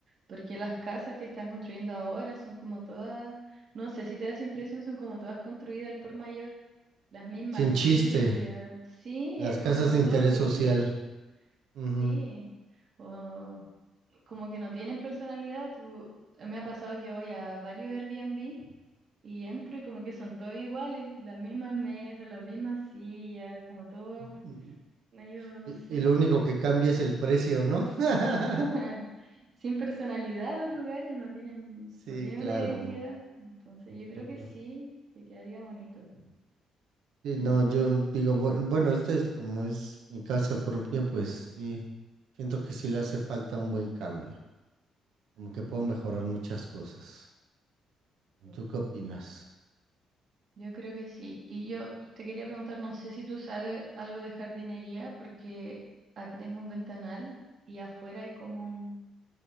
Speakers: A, on the right; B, on the right.
A: porque las casas que están construyendo ahora son como todas, no sé si te da esa impresión, son como todas construidas al por mayor, las mismas
B: Sin
A: sillas,
B: chiste,
A: sí,
B: las
A: es como
B: casas de
A: todo
B: interés
A: gris,
B: social. Ujú,
A: sí, o como que no tienen personalidad. Tú, me ha pasado que voy a varios Airbnb y entro y como que son todos iguales, las mismas mesas, las mismas sillas, como todo
B: ujú.
A: no, yo no
B: Y,
A: sé.
B: y lo único que cambia es el precio, ¿no? <laughs>
A: <laughs> Sin personalidad los lugares no tienen,
B: Sí,
A: no tienen
B: claro.
A: una identidad. Entonces
B: entiendo.
A: yo creo que sí, que quedaría bonito.
B: Sí, no,
A: Ujú,
B: yo digo, bu- bueno, esto es como es mi casa propia, pues sí, siento que sí le hace falta un buen cambio,
A: ujú.
B: como que puedo mejorar muchas cosas.
A: Sí.
B: ¿Tú qué opinas?
A: Yo creo que sí. Y yo te quería preguntar, no sé si tú sabes algo de jardinería, porque aquí tengo un ventanal y afuera hay como un,